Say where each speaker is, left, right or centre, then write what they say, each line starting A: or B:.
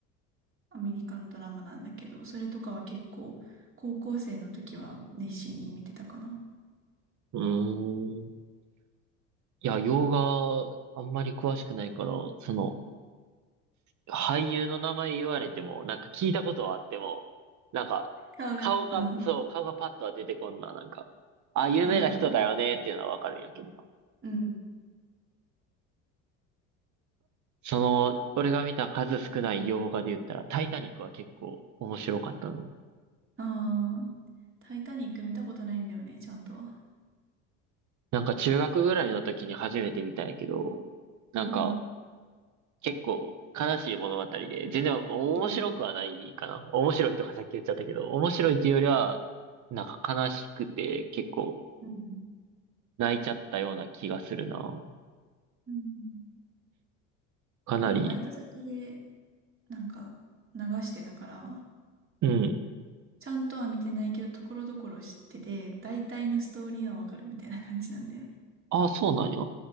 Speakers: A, on the right; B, on the right.
A: アメリカのドラマなんだけど、それとかは結構高校生の時は熱心に見てたかな。
B: ーん。いや、洋画、あんまり詳しくないから、その、俳優の名前言われても、なんか聞いたことはあっても、なんか、
A: 顔が、
B: 顔が、
A: うん、
B: そう、顔がパッとは出てこんな、なんか、あ、有名な人だよねっていうのはわかるんやけどな。
A: あー、うん、
B: その、俺が見た数少ない洋画で言ったら、タイタニックは結構面白かったの。
A: ああタイタニック見たことないんだよね、ちゃんとは。
B: なんか中学ぐらいの時に初めて見たんやけど、なんか
A: うん、
B: 結構悲しい物語で、全然面白くはないかな。
A: うん、
B: 面白いとかさっき言っちゃったけど、面白いっていうよりは、なんか悲しくて結構
A: うん、
B: 泣いちゃったような気がするな。
A: うん。
B: かなり。
A: そのバイト先でなんか流してたから、
B: うん。
A: ちゃんとは見てないけど、ところどころ知ってて、大体のストーリーはわかるみたいな感じなんだよね。
B: ああ、そうなんや。